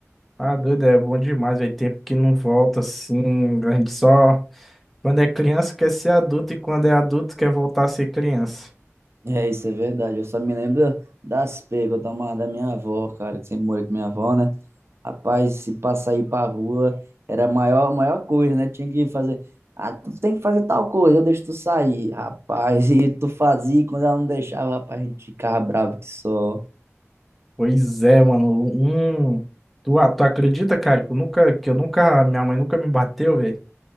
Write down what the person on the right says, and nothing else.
É, isso é verdade. Eu só me lembro das pegas que eu tomava da minha avó, cara, que sempre morei com minha avó, né? Rapaz, se passar aí pra rua, era a maior, maior coisa, né? Tinha que fazer. Ah, tu tem que fazer tal coisa, eu deixo tu sair. Rapaz, <laughs> e tu fazia, e quando ela não deixava, rapaz, a gente ficava bravo que só.